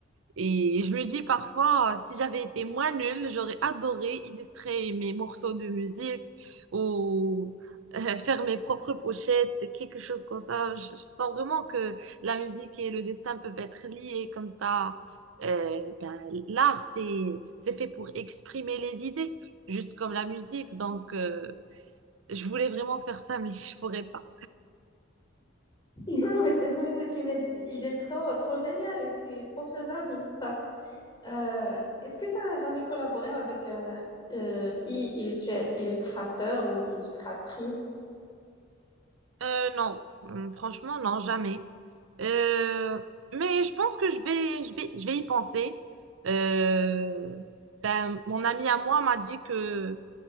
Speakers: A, on the right; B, on the left.
A: Et je me dis parfois, si j'avais été moins nulle, j'aurais adoré illustrer mes morceaux de musique ou euh, faire mes propres pochettes, quelque chose comme ça. Je, je sens vraiment que la musique et le dessin peuvent être liés comme ça. Euh, ben, l'art, c'est, c'est fait pour exprimer les idées, juste comme la musique. Donc, euh, je voulais vraiment faire ça, mais <laughs> je pourrais pas.
B: <laughs> Non, mais c'est mais c'est une idée- il est trop, trop génial et c'est trop faisable, ça. Euh, est-ce que tu as jamais collaboré avec un euh, i- illustre- illustrateur ou illustratrice?
A: Euh, non, Hum, franchement, non, jamais. Euh, mais je pense que je vais, je vais, je vais y penser. Euh, ben, mon ami à moi m'a dit que